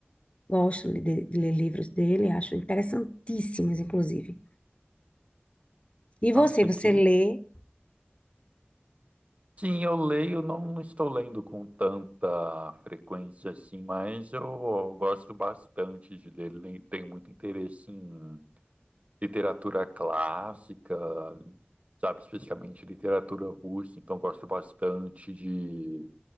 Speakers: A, on the left; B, on the right.
A: Gosto de, de ler livros dele, acho interessantíssimos, inclusive. E
B: Nossa,
A: você, você
B: que,
A: lê?
B: Sim, eu leio, não estou lendo com tanta frequência assim, mas eu gosto bastante de ler, le- tenho muito interesse em literatura clássica, sabe, especialmente literatura russa, então gosto bastante de